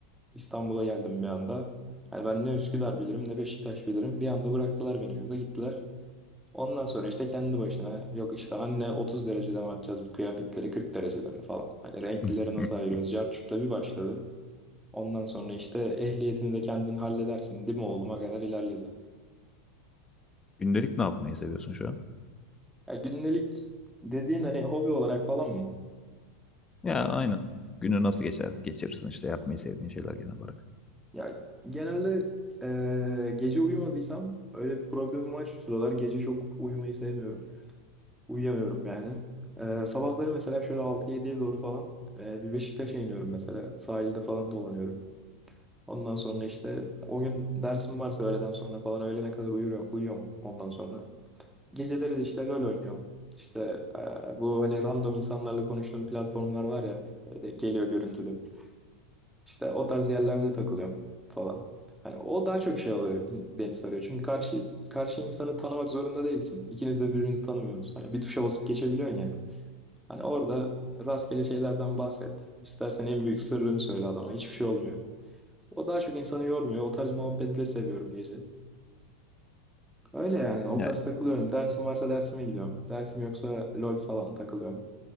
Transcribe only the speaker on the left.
<laughs>
Gündelik ne yapmayı seviyorsun şu an?
Ya aynen. Günü nasıl geçer, geçirirsin işte yapmayı sevdiğin şeyler genel olarak.
Ya,